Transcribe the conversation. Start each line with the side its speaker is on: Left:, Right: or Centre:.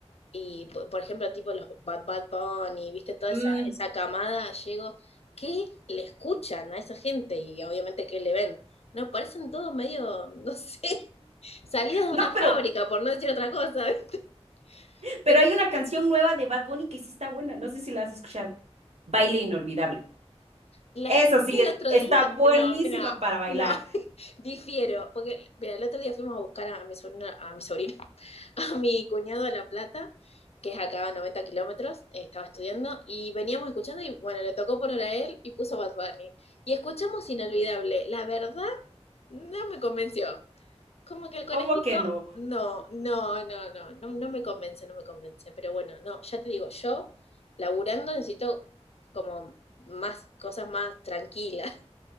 Left: y, po- por ejemplo, tipo los Bad Bad Bunny, viste, toda
Right: Mm,
Left: esa, esa camada, llego, ¿qué le escuchan a esa gente? Y obviamente, ¿qué le ven? No, parecen todos medio, no sé, <laughs> salidos de
Right: no,
Left: una
Right: pero,
Left: fábrica, por no decir otra cosa, ¿viste?
Right: pero
Left: Pero
Right: hay una
Left: sí,
Right: canción nueva de Bad Bunny que sí está buena, no sé si la has escuchado. Baile inolvidable.
Left: la
Right: Eso
Left: escuché
Right: sí,
Left: el
Right: es,
Left: otro
Right: está
Left: día,
Right: buenísima
Left: no, mira,
Right: para bailar.
Left: no, <laughs> difiero, porque, mira, el otro día fuimos a buscar a mi sobrino, a mi sobrino, a mi cuñado de La Plata, que es acá a 90 kilómetros, eh, estaba estudiando, y veníamos escuchando, y bueno, le tocó poner a él y puso Bad Bunny. Y escuchamos Inolvidable. La verdad, no me convenció. Como que el conejito,
Right: ¿Cómo que no?
Left: no, no, no, no, no, no me convence, no me convence. Pero bueno, no, ya te digo, yo laburando necesito como más cosas más tranquilas.